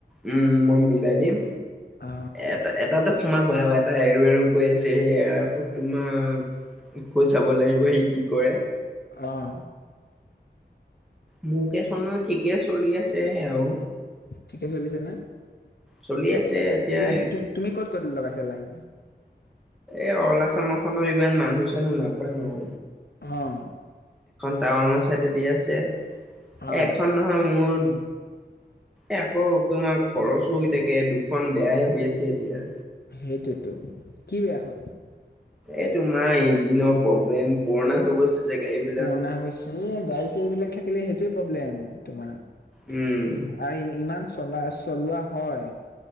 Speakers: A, in the centre; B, on the left.
A: উম, মই মিলাই দিম।
B: অ
A: এটা এটাতো সোমাব আৰু এটা এৰো এৰো কৈ আছে সেই এৰা তোক তোমাৰ তোক চাব লাগিব সি কি কৰে।
B: আহ।
A: মোৰ কেইখনো ঠিকে চলি আছে আৰু।
B: ঠিকে চলিছে ন?
A: চলি আছে এতিয়া
B: তুমি তুমি ক'ত ক'ত লগাইছা লাইন?
A: এই অল আচামৰখনৰ ইমান মানুহ চানুহ নাপাওঁ।
B: অহ।
A: ডাৱঙৰ চাইডে দি আছে এ
B: অ
A: এখন নহয় মোৰ এ আকৌ তোমাৰ খৰচো থাকে। দুখন বেয়াহে হৈ আছে এতিয়া।
B: সেইটোতো। কি বেয়া হ'ল?
A: এই তোমাৰ ইঞ্জিনৰ প্ৰব্লেম পুৰণা হৈ গৈছে। যে গাড়ী বিলাক
B: পুৰণা হৈ গৈছে এ গাড়ী চাড়ীবিলাক থাকিলে সেইটোয়ে প্ৰব্লেম। তোমাৰ
A: উম,
B: আৰু ইমান চলা চলোৱা হয়।